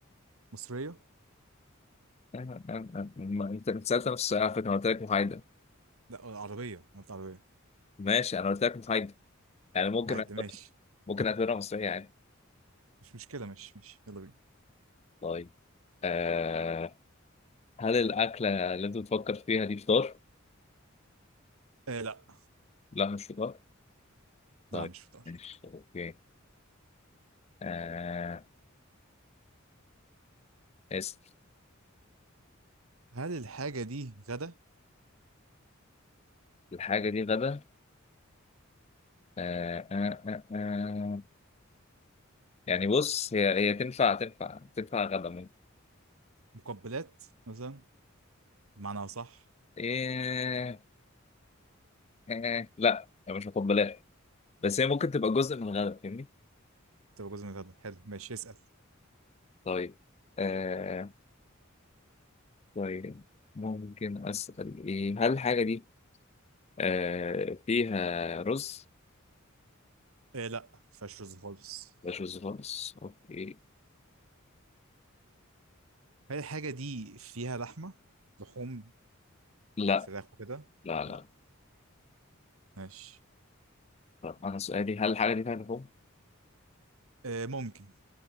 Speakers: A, on the right; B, on the left.
A: مصرية؟
B: آه، آه، آه، ما انت أنت سألت نفس السؤال على فكرة انا قلت لك محايدة
A: لا عربية أنا قلت عربية
B: ماشي انا قلت لك محايدة يعني ممكن
A: عادي
B: أعتبر-
A: ماشي
B: ممكن اعتبرها مسرحية عادي
A: مش مشكلة ماشي ماشي يلا بينا
B: طيب آه هل الأكلة اللي أنت بتفكر فيها دي فطار؟
A: إيه لا
B: لا مش فطار طيب
A: لا مش فطار
B: ماشي أوكي آه اسم
A: هل الحاجة دي غدا
B: الحاجة دي غدا آه آه آه آه. يعني بص هي هي تنفع تنفع تنفع غدا ممكن
A: مقبلات مثلا بمعنى صح
B: إيه إيه إيه. لا هي مش هاخد بلاش بس هي ممكن تبقى جزء من الغدا فاهمني؟
A: تبقى جزء من الغدا حلو ماشي اسأل
B: طيب آه طيب ممكن أسأل إيه هل الحاجة دي آه فيها رز؟
A: إيه لا مفيهاش رز خالص
B: مش رز خالص أوكي
A: هل الحاجة دي فيها لحمة لحوم
B: لا
A: فراخ وكده؟
B: لا لا
A: لا ماشي
B: طب انا سؤالي هل الحاجه دي فيها لحوم
A: إيه ممكن